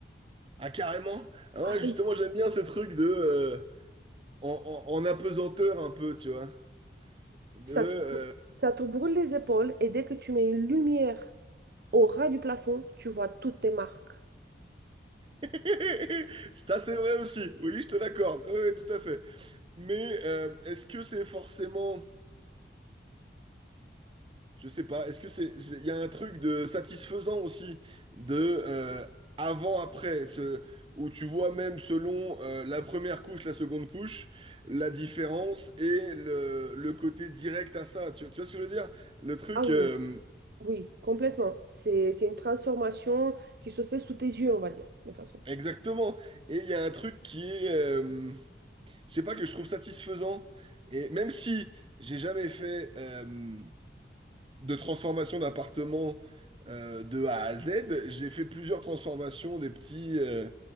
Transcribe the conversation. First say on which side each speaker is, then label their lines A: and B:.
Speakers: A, on the right; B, on the right.
A: Ah carrément? Ah
B: Ah,
A: ouais, justement, j'aime bien ce truc de euh, en, en, en apesanteur un peu, tu vois. De,
B: ça
A: euh,
B: te... ça te brûle les épaules et dès que tu mets une lumière au ras du plafond, tu vois toutes tes marques.
A: <laughs> Ça c'est vrai aussi. Oui, je te l'accorde. Oui, oui, tout à fait. Mais euh, est-ce que c'est forcément Je sais pas, est-ce que c'est, c'est- il y a un truc de satisfaisant aussi, de euh, avant-après, ce- où tu vois même selon euh, la première couche, la seconde couche, la différence et le, le côté direct à ça. Tu, tu vois ce que je veux dire? Le truc,
B: Ah oui,
A: euh,
B: oui, complètement. C'est, c'est une transformation qui se fait sous tes yeux, on va dire, de façon.
A: exactement. Et il y a un truc qui est, euh, je sais pas, que je trouve satisfaisant. Et même si j'ai jamais fait, euh, de transformation d'appartement euh, de A à Z. J'ai fait plusieurs transformations, des petits, euh,